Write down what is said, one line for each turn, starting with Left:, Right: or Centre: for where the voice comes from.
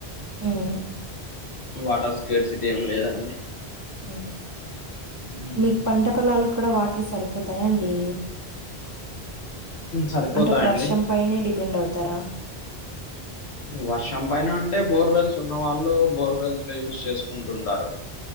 Right: ఉమ్
Left: వాటర్ స్కేర్సిటీ ఏం లేదండి
Right: ఉ
Left: మ్మ్
Right: మీకు పంట పొలాలకు కూడా వాటర్ సరిపోతాయా అండి
Left: సరిపోతాయండి
Right: అంటే వర్షం పైనే డిపెండ్ అవుతారా
Left: ఇ వర్షం పైన అంటే బోర్వెల్స్ ఉన్న వాళ్ళు బోర్వెల్స్ లో యూస్ చేసుకుంటుంటారు